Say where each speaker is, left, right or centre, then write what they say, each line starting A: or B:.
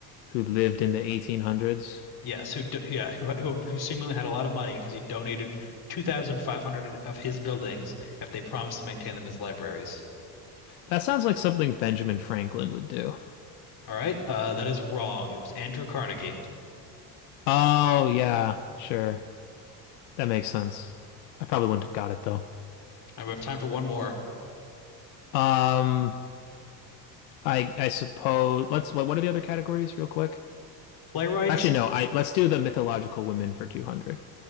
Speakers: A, on the left; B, on the left.
A: who lived in the 1800s.
B: Yes, who do, yeah, who, who who seemingly had a lot of money because he donated 2,500 of his buildings if they promised to maintain them as libraries.
A: That sounds like something Benjamin Franklin would do.
B: All right, uh, that is wrong. It was Andrew Carnegie.
A: Oh, yeah, sure. That makes sense. I probably wouldn't have got it though.
B: I we have time for one more.
A: Um, I I suppose let's what what are the other categories real quick?
B: Playwrights.
A: Actually, no. I let's do the mythological women for 200.